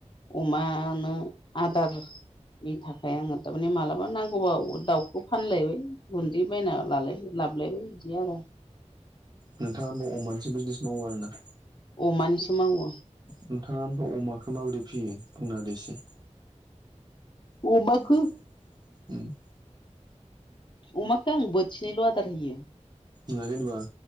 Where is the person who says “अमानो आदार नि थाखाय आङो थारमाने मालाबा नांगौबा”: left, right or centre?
Left